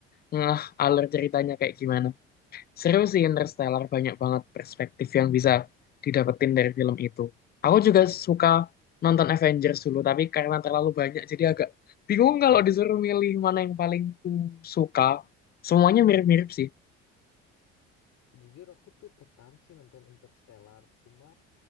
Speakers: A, on the left; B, on the left.
A: ngeh alur ceritanya kayak gimana. Seru sih Interstellar, banyak banget perspektif yang bisa didapetin dari film itu. Aku juga
B: <laughs> Ju-
A: suka nonton Avengers dulu, tapi karena terlalu banyak jadi agak bingung kalau disuruh milih mana yang paling ku suka. Semuanya
B: Nah,
A: mirip-mirip sih.
B: jujur aku tuh tertarik sih nonton Interstellar. Cuma